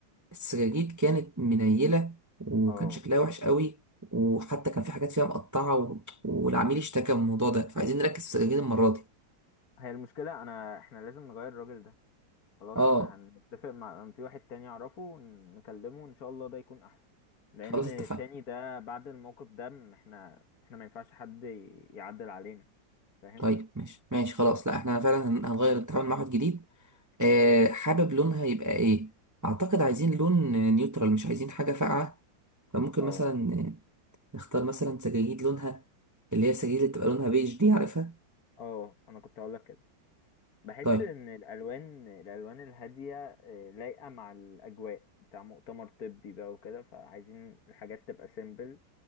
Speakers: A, on the right; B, on the left.
A: السجاجيد كانت منيلة وكان
B: آه.
A: شكلها وحش قوي وحتى كان في حاجات فيها مقطعة و... والعميل اشتكى من الموضوع ده فعايزين نركز في السجاجيد المرة دي
B: هي المشكلة أنا احنا لازم نغير الراجل ده خلاص
A: اه
B: احنا هنتفق مع في واحد تاني أعرفه نكلمه إن شاء الله ده يكون أحسن لأن
A: خلاص
B: التاني
A: اتفقنا
B: ده بعد الموقف ده م- احنا احنا ما ينفعش حد ي- يعدل علينا فاهم؟
A: طيب ماشي ماشي خلاص لا احنا فعلا هن- هنغير نتعامل مع واحد جديد آه حابب لونها يبقى ايه اعتقد عايزين لون آه، نيوترال مش عايزين حاجة فاقعة فممكن
B: اه
A: مثلا آه، نختار مثلا سجاجيد لونها اللي هي السجاجيد اللي بتبقى لونها بيج دي عارفها
B: اه انا كنت هقول لك كده بحس
A: طيب
B: ان الالوان الالوان الهاديه آه، لايقه مع الاجواء بتاع مؤتمر طبي بقى وكده فعايزين الحاجات تبقى سيمبل